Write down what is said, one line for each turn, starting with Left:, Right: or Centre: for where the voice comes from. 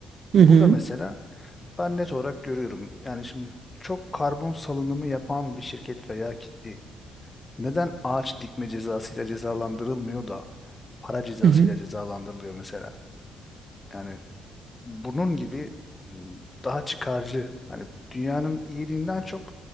Right: <laughs> Hı hı.
Left: Burada mesela ben net olarak görüyorum. Yani şimdi çok karbon salınımı yapan bir şirket veya kitle neden ağaç dikme cezasıyla cezalandırılmıyor da para cezasıyla
Right: Hı hı.
Left: cezalandırılıyor mesela? Yani bunun gibi m, daha çıkarcı hani dünyanın iyiliğinden çok